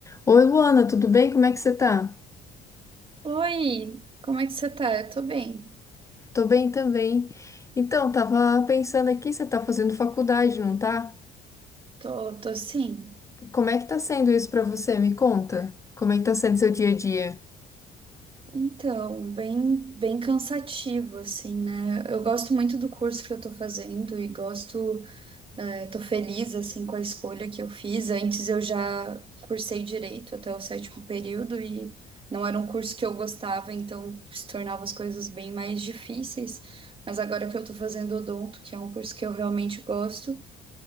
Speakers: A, on the left; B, on the right.
A: Oi, Luana, tudo bem? Como é que você tá?
B: Oi, como é que você tá? Eu tô bem.
A: Tô bem também. Então, tava pensando aqui, você tá fazendo faculdade, não tá?
B: Tô, tô sim.
A: Como é que tá sendo isso pra você? Me conta. Como é que tá sendo seu dia a dia?
B: Então, bem, bem cansativo, assim, né? Eu gosto muito do curso que eu tô fazendo e gosto, eh, tô feliz, assim, com a escolha que eu fiz. Antes eu já cursei direito até o sétimo período e não era um curso que eu gostava, então se tornava as coisas bem mais difíceis. Mas agora que eu tô fazendo odonto, que é um curso que eu realmente gosto,